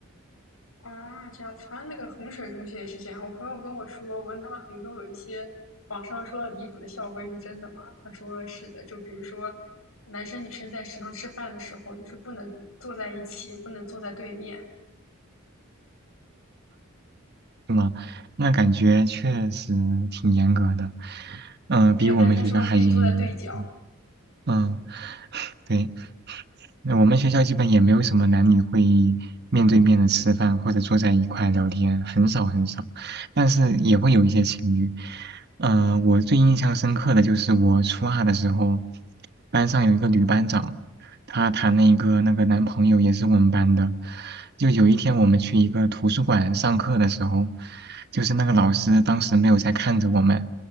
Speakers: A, on the left; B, on the right.
A: 啊，这样子，好像那个衡水中学也是这样。我朋友跟我说，我问他们衡中有一些网上说的离谱的校规是真的吗？他说是的，就比如说，男生女生在食堂吃饭的时候，就是不能坐在一起，不能坐在对面。
B: 是吗？那感觉确实挺严格的，嗯、
A: 没有，
B: 比我们学校还严一点。
A: 但是他说可以坐在对角。
B: 嗯，对。那我们学校基本也没有什么男女会议面对面的吃饭或者坐在一块聊天，很少很少，但是也会有一些情侣。嗯、呃我最印象深刻的就是我初二的时候，班上有一个女班长，她谈了一个那个男朋友，也是我们班的。就有一天我们去一个图书馆上课的时候，就是那个老师当时没有在看着我们，